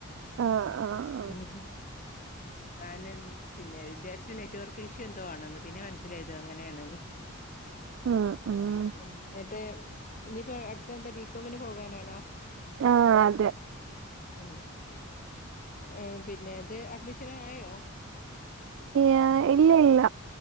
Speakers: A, on the right; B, on the left.
A: ആഹ് ആഹ്
B: ഉം ഹും ആനന്ത് പിന്നെ വിചാരിച്ച് നെറ്റ് വർക്ക് ഇഷ്യൂ എന്തോ ആണന്ന് പിന്നെ മനസ്സിലായത് അങ്ങനെയാണന്ന്
A: ഉം ഉം
B: ന്നട്ട് ഇനിപ്പോ അടുത്ത എന്താ ബികോമിന് പോകാനാണോ
A: ആഹ് അതെ
B: ഉം ഏ പിന്നെ ഇത് അഡ്മിഷൻ ആയോ
A: ഇയാ ഇല്ല ഇല്ല